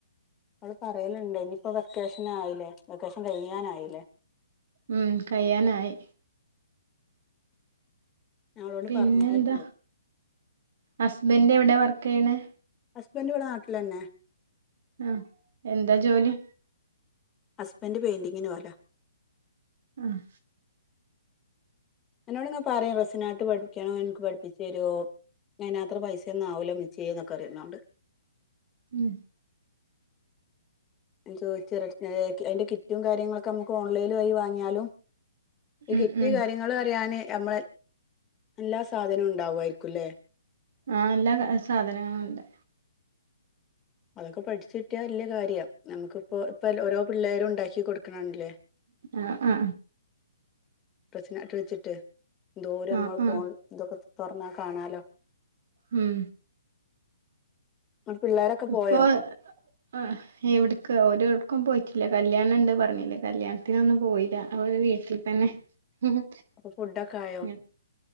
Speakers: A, on the left; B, on the right.
A: അവള് പറയലണ്ട് ഇനിയിപ്പോ വെക്കേഷൻ ആയില്ലേ വെക്കേഷൻ കഴിയാനായില്ലേ
B: ഉം കഴ്യാനായി
A: ഞാൻ അവളോട്
B: പിന്നെ
A: പറഞ്ഞായിരുന്നു
B: എന്താ ഹാസ് ബൻഡ് എവിടെ വർക്ക് ചെയ്യണ്
A: ഹസ്ബൻഡ് ഇവിടെ നാട്ടിലന്നെ
B: ആ എന്താ ജോലി
A: ഹസ്ബന്ഡ് പെയിന്റിങ്ങിിനു പോവലാ
B: ആഹ്
A: എന്നോടിനു പറയുംം റസിനാ് പഠിക്കണോ എനിക് പഠിപ്പി ചെറോ ഞൻത്ര പൈസ ഒന്നും അവുല അമ്മച്ചിയെ എന്നൊക്കെ അറിയുന്നോണ്ട്
B: ഉം
A: ചോദിച്ചറി അതിന്റെ കിറ്റും കാര്യങ്ങളൊക്കെ നമുക്ക് ഓൺലൈന ആയി വാങ്ങിയാലും ഈ
B: ഉം
A: കിറ്റ്
B: ഉം
A: കാര്യങ്ങൾ പറയാന് നമ്മളെ എല്ലാ സാധനവും ഉണ്ടാവുായിരിക്കുംല്ലേ
B: അ എല്ലാ സാധനങ്ങളുണ്ട്
A: അതൊക്കെ പഠിച്ചു കിട്ടിയാല് നല്ല കാര്യം നമുക്ക് ഇപ്പോ ഇപ്പ ഓരോ പിള്ളേും ഉണ്ടാ ക്ക് കൊടുക്കണ കണ്ടിലെ
B: ആ അ
A: പസ്നാട്ടവെച്ചിട്ട് ദൂരെ
B: ആഹ്
A: നമ്മൾ
B: ആഹ്
A: പോ ഇതൊക്കെ തുറന്ന കാണാലോ
B: ഉം
A: നമ്മുടെ പിള്ളേരൊക്കെ
B: ഇപ്പൊ
A: പോയോ
B: ഏഹ് എവിടക്ക് ഓരോർക്കും പോയിട്ട ഇല്ല കല്യാണണ്ട് പറഞ്ഞില്ലേ കല്യാണത്തിനൊന്നും പോയില്ല അവര് വീട്ടിൽ തന്നെ മ്മ്
A: അപ്പൊ ഫുഡൊക്കെ ആയോ
B: ഉ